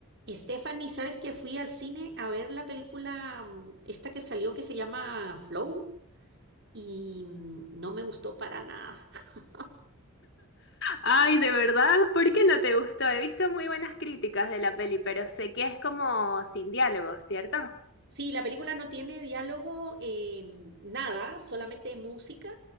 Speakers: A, on the right; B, on the left.
A: Stephanie, ¿sabes que fui al cine a ver la película mm, esta que salió que se llama Flow y mm, no me gustó para nada? <laughs>
B: Ay, ¿de verdad? ¿Por qué no te gustó? He visto muy buenas críticas de la peli, pero sé que es como sin diálogo, ¿cierto?
A: Sí, la película no tiene diálogo, eh, nada, solamente música.